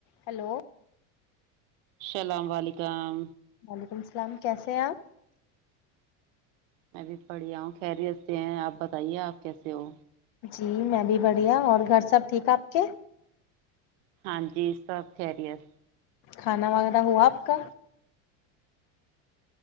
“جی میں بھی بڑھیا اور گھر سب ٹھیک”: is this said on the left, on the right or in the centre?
Left